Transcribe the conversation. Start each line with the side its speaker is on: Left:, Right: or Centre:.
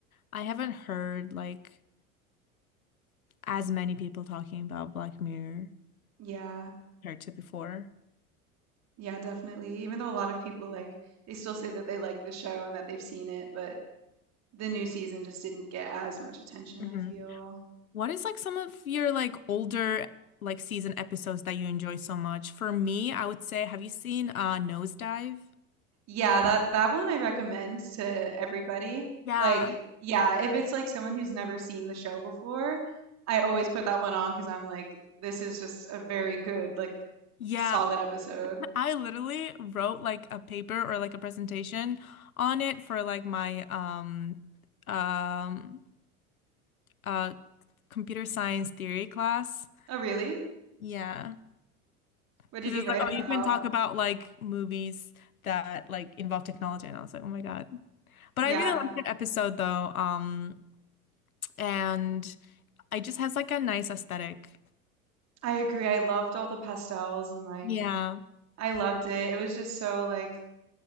Left: I haven't heard like as many people talking about Black Mirror
Right: Yeah.
Left: compared to before.
Right: Yeah, definitely. Even though a lot of people like they still say that they like the show and that they've seen it, but the new season just didn't get as much attention,
Left: hmm
Right: I feel.
Left: What is like some of your like older like season episodes that you enjoy so much? For me, I would say, have you seen uh Nosedive?
Right: Yeah, that that one I recommend to everybody.
Left: Yeah.
Right: Like, yeah, if it's like someone who's never seen the show before, I always put that one on because I'm like, this is just a very good, like,
Left: Yeah,
Right: solid episode.
Left: I literally wrote like a paper or like a presentation on it for like my um um uh computer science theory class.
Right: Oh, really?
Left: Yeah.
Right: What
Left: Because
Right: did
Left: it's
Right: you write
Left: like, oh,
Right: about?
Left: you can talk about like movies that like involve technology. And I was like, oh my God. But
Right: Yeah,
Left: I really liked that episode though. Um, and It just has like a nice aesthetic.
Right: I agree. I loved all the pastels and like
Left: Yeah,
Right: I loved it. It was just so like